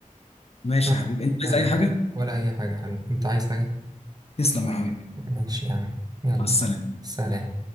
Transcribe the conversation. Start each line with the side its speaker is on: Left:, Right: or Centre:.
Left: ماشي
Right: عادي
Left: يا حبيبي انت
Right: عادي
Left: عايز اي حاجه
Right: ولا أي حاجة حبيبي أنت عايز حاجة
Left: تسلم يا حبيبي
Right: ماشي يا عم يلا
Left: مع السلامه
Right: سلام